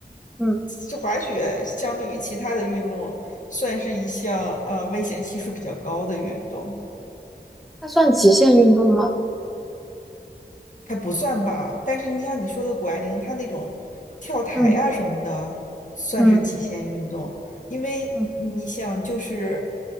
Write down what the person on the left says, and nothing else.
这滑雪相对于其他的运动，算是一项呃危险系数比较高的运动。
还不算吧，但是你像你说的谷爱凌，她那种跳台啊什么的，
算是极限运动，
因为你想，
就是，